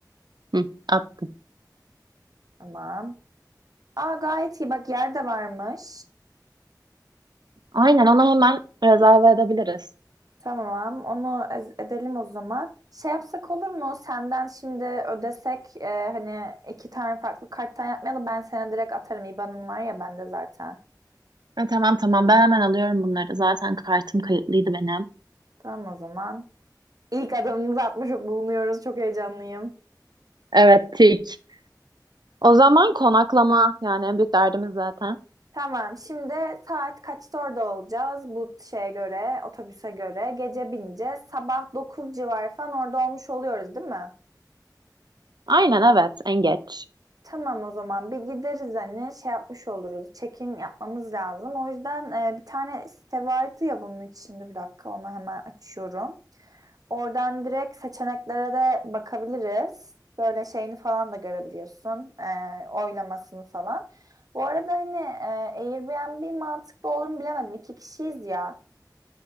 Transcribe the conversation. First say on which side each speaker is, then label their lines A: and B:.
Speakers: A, on the right; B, on the right.
A: Hı, attım.
B: Tamam. Aa gayet iyi bak yer de varmış.
A: Aynen ona hemen rezerve edebiliriz.
B: Tamam, onu ez- edelim o zaman. Şey yapsak olur mu? Senden şimdi ödesek e, hani iki tane farklı karttan yapmayalım. Ben sana direkt atarım. IBAN'ın var ya bende zaten.
A: Ha, tamam tamam ben hemen alıyorum bunları. Zaten kartım kayıtlıydı benim.
B: Tamam o zaman. İlk adımımızı atmış bulunuyoruz. Çok heyecanlıyım.
A: Evet tik. O zaman konaklama yani en büyük derdimiz zaten.
B: Tamam, şimdi saat kaçta orada olacağız? Bu şeye göre, otobüse göre. Gece bineceğiz. Sabah 9 civarı falan orada olmuş oluyoruz, değil mi?
A: Aynen evet en geç.
B: Tamam o zaman bir gideriz hani şey yapmış oluruz. Check-in yapmamız lazım. O yüzden e, bir tane site vardı ya bunun içinde bir dakika onu hemen açıyorum. Oradan direkt seçeneklere de bakabiliriz. Böyle şeyini falan da görebiliyorsun. e, oylamasını falan. Bu arada hani e, Airbnb mantıklı olur mu bilemedim. İki kişiyiz ya.